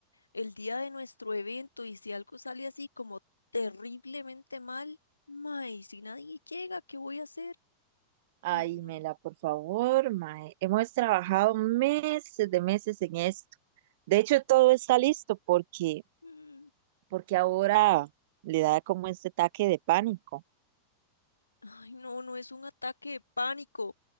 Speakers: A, on the left; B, on the right.
A: el día de nuestro evento y si algo sale así como terriblemente mal, mae, si nadie llega, ¿qué voy a hacer?
B: Ay,
A: Ay, no.
B: Mela, por favor, mae, hemos trabajado meses de meses en esto. De hecho, todo está listo porque,
A: mm,
B: porque ahora le da como este ataque de pánico.
A: Ay, no, no es un ataque de pánico.